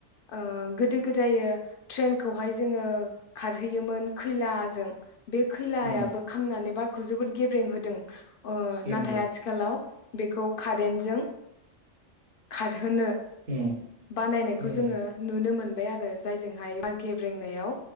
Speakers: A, on the left (about 60°); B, on the right (about 45°).
A: ओ गोदो गोदायो ट्रेनखौहाय जोङो खारहैयोमोन खैलाजों बे खैलायाबो
B: उम
A: खामनानै बार खौ जोबोद गेब्रें होदों ओ
B: नंगौ
A: नाथाय आथिखालाव बेखौ कारेन्टजों खारहोनो
B: उम
A: बानायनायखौ
B: उम
A: जोङो नुनो मोन बाय आरो जायजोंहाय बार गेब्रेंनायाव